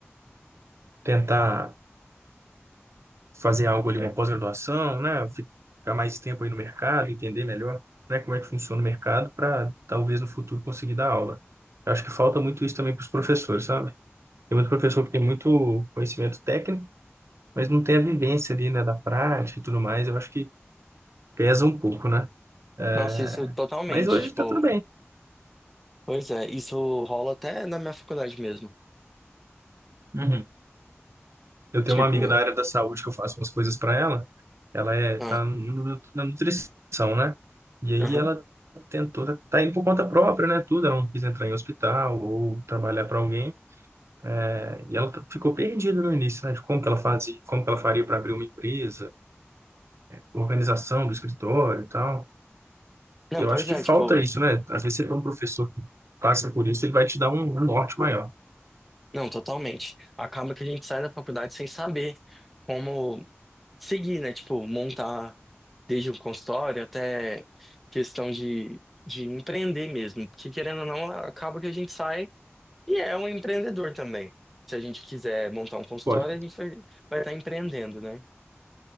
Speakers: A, on the right; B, in the centre.
A: tentar. fazer algo ali, É, uma pós-graduação, né? Fi- Ficar mais tempo aí no mercado, entender melhor, né, como é que funciona o mercado para talvez no futuro conseguir dar aula. Eu acho que falta muito isso também para os professores, sabe? Tem muito professor que tem muito conhecimento técnico, mas não tem a vivência ali, né, da prática e tudo mais. Eu acho que pesa um pouco, né? É,
B: Nossa, isso totalmente,
A: Mas hoje
B: tipo,
A: está tudo bem.
B: pois é, isso rola até na minha faculdade mesmo.
A: Uhum. Eu tenho
B: Tipo,
A: uma amiga da área da saúde que eu faço umas coisas para ela. Ela é,
B: ah,
A: tá no- na nutrição, né? E aí
B: aham.
A: ela tentou, tá, tá indo por conta própria, né? Tudo, ela não quis entrar em hospital ou trabalhar para alguém. né? E ela t- ficou perdida no início, né? De como que ela fazia, como que ela faria para abrir uma empresa, organização do escritório e tal.
B: Não,
A: Eu
B: pois
A: acho que
B: é,
A: falta
B: tipo,
A: isso, né? Às vezes você tem um professor que passa por isso, ele vai te dar um, um norte maior.
B: Não, totalmente. Acaba que a gente sai da faculdade sem saber como seguir, né? Tipo, montar desde o consultório até questão de, de empreender mesmo. Porque querendo ou não, acaba que a gente sai e é um empreendedor também. Se a gente quiser montar um consultório,
A: Pode,
B: a gente vai, vai estar empreendendo, né?